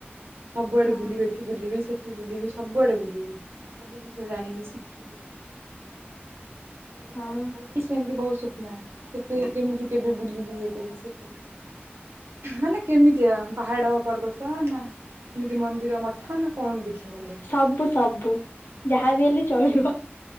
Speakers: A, on the right; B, on the left.
A: ସବୁଆଡେ
B: ହଁ
A: ବୁଲିବେ ଏଠି ବୁଲିବେ ସେଠି ବୁଲିବି ସବୁଆଡେ ବୁଲିବି, ସବୁ ଜିନିଷ ଜାଣିବି ଶିଖିବି। ଏଇଆ
B: ହଁ
A: ଆଉ ମୋର ବି ସେମ୍ତି ବହୁତ୍ ସ୍ୱପ୍ନ କେତେ କେମିତି କେବେ ବୁଲିବି ମାନେ କେମିତିଆ? ପାହାଡ଼ ପର୍ବତ ନା ଏମିତି ମନ୍ଦିର ମଠ ନା କଣ ଦେଖିବ <unintelligible>
B: ସବୁ-ସବୁ, ଯାହାବି ହେଲେ ଚଳିବ।